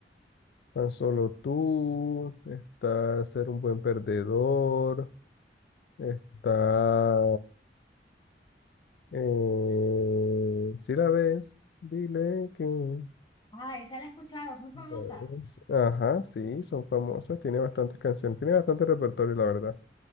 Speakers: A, on the left; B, on the left.
A: Tan Solo Tú, está Ser un Buen Perdedor, está... eh, si la ves, dile que... la
B: Ah, esa la he escuchado, es muy famosa.
A: ves. Ajá, sí, son famosas. Tiene bastantes canciones, tiene bastante repertorio, la verdad.